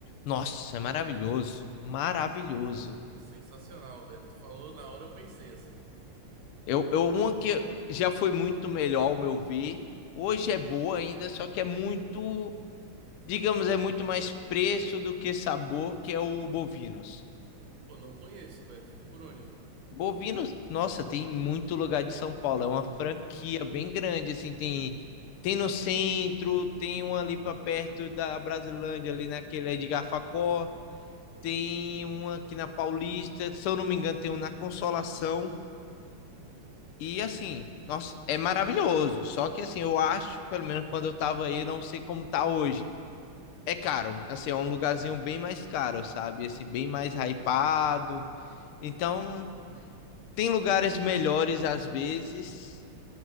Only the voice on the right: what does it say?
Pô, sensacional, velho. Tu falou, na hora eu pensei assim.
Pô, não conheço, velho. Fica por onde?